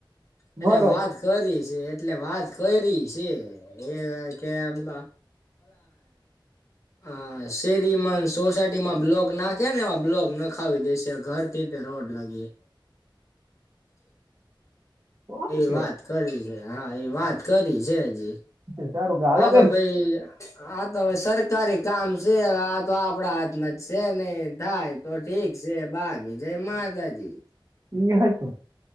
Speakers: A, on the left; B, on the right.
A: એટલે
B: ભરો
A: વાત કરી શે એટલે વાત કયરી શે. એ કે <unintelligible> અં શેરીમાંન સોસાયટીમાં બ્લોક નાખેને એવા બ્લોક નખ આવી દેશે, ઘરથી તે રોડ લગી.
B: સારું
A: એ
B: કહેવાય
A: વાત કરી શે, હા એ વાત કરી છે હજી.
B: સારું હાલો
A: આ
B: કઈ
A: તો ભઈ, આ તો હવે સરકારી કામ શે આ તો આપડા હાથમાં ત શે નઇ, થાઈ તો ઠીક શે બાકી જે માતાજી.
B: ઈયે હાચું